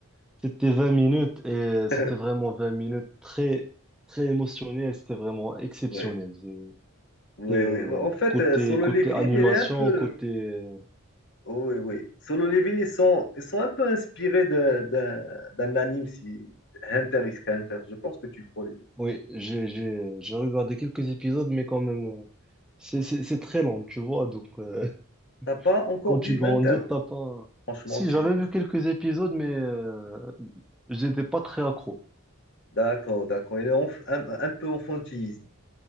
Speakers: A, in the centre; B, on the left.
A: C'était 20 minutes et
B: <laughs>
A: c'était vraiment 20 minutes très, très émotionnelles. C'était vraiment exceptionnel.
B: Oui,
A: C'était,
B: oui, oui.
A: euh,
B: En fait,
A: côté,
B: euh, Solo
A: côté
B: Leveling,
A: animation,
B: il est un peu.
A: côté, euh,
B: oh, Oui, oui. Solo Leveling, ils sont, ils sont un peu inspirés de- d'un d'un anime, si... Hunter x Hunter. Je pense que tu le connais.
A: oui, j'ai, j'ai, j'ai regardé quelques épisodes, mais quand même, euh, c'est, c'est, c'est très long, tu vois. Donc, euh,
B: T'as pas
A: <laughs>
B: encore
A: quand
B: vu
A: tu
B: 20
A: grandis, t'as pas,
B: Franchement,
A: si
B: tu.
A: j'avais vu quelques épisodes, mais, euh, j'étais pas très accro.
B: D'accord, d'accord. Il est enf- un, un peu enfantisme,